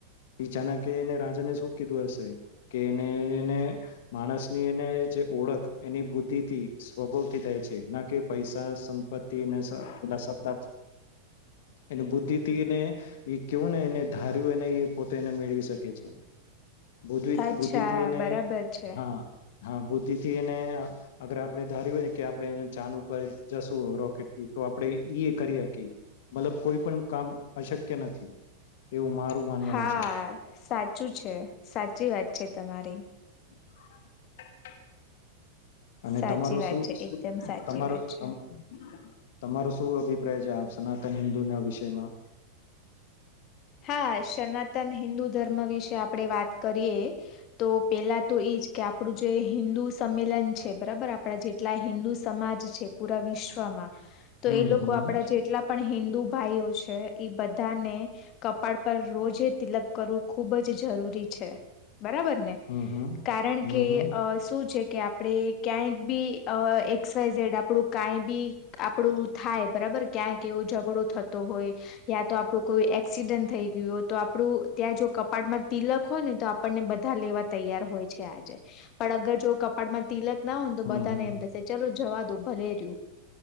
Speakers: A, on the left; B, on the left.
A: ચાનક એને રાજાને શું કીધું હશે કે એને એને માણસની એને જે ઓળખ એની બુદ્ધિથી સ્વભાવથી થાય છે, ના કે પૈસા સંપત્તિ અને એ સતા એની બુદ્ધિથીને એ કેવું ને એ ધાર્યું એને એ પોતે એને મેળવી શકે છે. બુ
B: અચ્છા
A: બુદ્ધિથીને
B: બરાબર છે.
A: હા હામ ભૂતિ થી એને અગર આપડણે ધાર્યું હો કે આપડે એને ચાન ઉપર જશું રોકેટથી તો આપડે ઈ ઈ એ કર્યા કે મતલબ કોઈ પણ કામ અશક્ય નથી. એવું મારું માનવાનું
B: હા,
A: છે
B: સાચું છે સાચી વાત છે તમારી.
A: <unintelligible> અને
B: સાચી
A: તમારું
B: વાત
A: શું
B: છે એકદમ સાચી
A: તમારું
B: વાત છે.
A: તમ તમારો શું અભિપ્રાય છે, આ સનાતન હિન્દુ ના વિષયમાં
B: હા, સનાતન હિન્દુ ધર્મ વિશે આપડે વાત કરીએ તો પેલા તો એઈજ કે આપડું જે હિન્દુ સંમેલન છે, બરાબર આપણા જેટલા હિન્દુ સમાજ છે પૂરા વિશ્વમાં તો
A: હમ
B: એ લોકો
A: હમ
B: આપડા જેટલા પણ હીં <inaudible> ભાઈઓ છે એ બધા બધાને કપાળ પર રોજે તિલક કરવું ખૂબ જ જરૂરી છે. બરાબર ને
A: હમ હમ
B: કારણ
A: હમ
B: કે
A: હમ
B: શું છે. કે આપણેે ક્યાંયક બી અવ એક્સવાયઝેડ આપડું કાઈ બી આપડું થાય બરાબર ક્યાંક એવું જ પૂરો થતો હોય યા તો આપડુ કોઈ એક્સિડન્ટ થઈ ગયું હો તો આપડુ ત્યાં જો કપાટમાં તિલક ખો ને તો આપણને બધા લેવા તૈયાર હોય છે આજે પણ અગર જો કપાળમાં તિલક ના હું તો
A: હમ
B: બધાને એમ થશે ચલો જવા દો ભલેર્યું